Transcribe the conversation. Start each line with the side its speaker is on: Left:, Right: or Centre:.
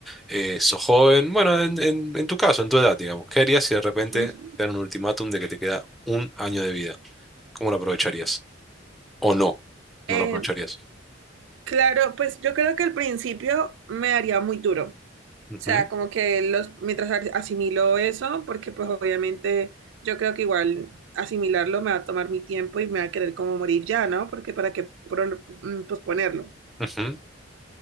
Centre: eh, sos joven, bueno, en, en- en tu caso, en tu edad, digamos, ¿qué harías si de repente
Right: Ujú.
Centre: te dan un ultimátum de que te queda un año de vida? ¿Cómo lo aprovecharías? ¿O no? ¿No
Right: Eh,
Centre: lo aprovecharías?
Right: claro, pues yo creo que al principio me haría muy duro. O
Centre: Ujú,
Right: sea, como que los, mientras as- asimilo eso, porque pues obviamente yo creo que igual asimilarlo me va a tomar mi tiempo y me va a querer como morir ya, ¿no? Porque para qué pro- mm, posponerlo.
Centre: ujú.